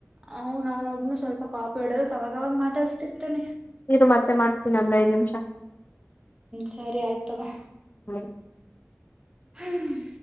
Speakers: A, on the right; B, on the left.
A: ಹ ನಾನ <unintelligible>
B: ಇದು ಮತ್ತೆ ಮಾಡ್ತೀನ ಒಂದ್ ಐದು ನಿಮಿಷ
A: ಸರಿ ಆಯ್ತು ತಗೋ
B: ಹಾ
A: ಹ್ಮ್.